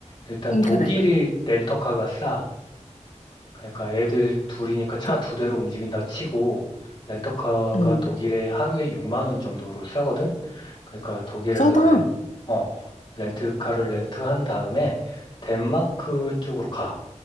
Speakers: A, on the left; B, on the left.
A: 일단
B: 응,
A: 독일이
B: 그래, 그래.
A: 렌터카가 싸. 그러니까 애들 둘이니까 차
B: 그,
A: 두 대로 움직인다 치고, 렌터카가
B: 응.
A: 독일에 하루에 6만 원 정도로 싸거든? 그러니까 독일에서
B: 써당.
A: 렌, 어, 렌트카를 렌트한 다음에 덴마크 쪽으로 가.